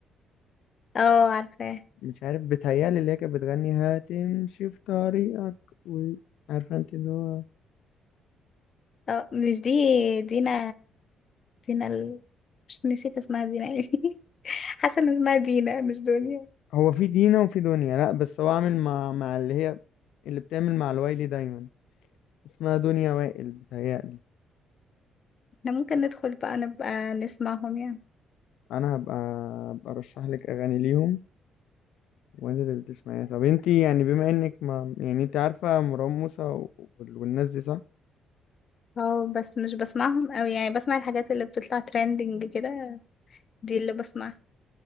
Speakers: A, on the left; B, on the left.
A: اه عارفاه
B: مش عارف بتهيألي اللي هي كانت بتغني هتمشي في طريقك و... عارفة انت اللي هو
A: اه مش دي دينا دينا ال... مش نسيت اسمها دينا ايه <laughs> حاسه ان اسمها دينا مش دنيا
B: هو في دينا وفي دنيا لا بس هو عامل مع مع اللي هي اللي بتعمل مع الوايلي دايما اسمها دنيا وائل بتهيألي
A: احنا ممكن ندخل بقى نبقى نسمعهم يعني
B: انا هبقى هبقى ارشح لك اغاني ليهم وانت اللي بتسمعيها طب انت يعني بما انك ما يعني انت عارفه مروان موسى و- وال- والناس دي صح
A: اه بس مش بسمعهم اوي يعني بسمع الحاجات اللي بتطلع ترending كده دي اللي بسمعها